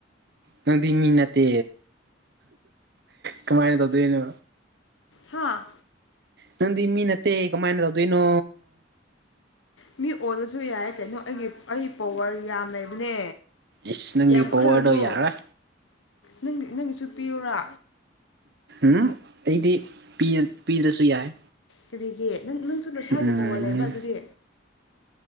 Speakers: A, on the right; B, on the left.
A: ꯅꯪꯗꯤ ꯃꯤ ꯅꯠꯇꯦ ꯀꯃꯥꯏꯅ ꯇꯧꯗꯣꯏꯅꯣ
B: ꯍꯥꯥ
A: ꯅꯪꯗꯤ ꯃꯤ ꯅꯠꯇꯦ ꯀꯃꯥꯏꯅ ꯇꯧꯗꯣꯏꯅꯣ
B: ꯑ ꯃꯤ ꯑꯣꯜꯂꯁꯨ ꯌꯥꯏ ꯀꯩꯅꯣ ꯑꯩꯒꯤ ꯑꯩ ꯄꯋꯥꯔ ꯌꯥꯝ ꯂꯩꯕꯅꯦ
A: ꯏꯁ ꯅꯪꯒꯤ
B: ꯌꯥꯝ
A: ꯄꯋꯥꯔꯗꯣ
B: ꯈꯜꯂꯅꯨ
A: ꯌꯥꯔꯣꯏ
B: ꯅꯪ ꯅꯪꯒꯤꯁꯨ ꯄꯤꯌꯔꯥ
A: ꯎꯝ ꯑꯩꯗꯤ ꯄꯤꯗ꯭ꯔꯁꯨ ꯌꯥꯏ
B: ꯀꯒꯤ ꯅꯪ ꯅꯪꯁꯨ ꯂꯣꯏꯁꯥꯒꯤ
A: ꯎꯝ
B: ꯄꯋꯥꯜ ꯂꯩꯕ꯭ꯔꯥ ꯑꯗꯨꯗꯤ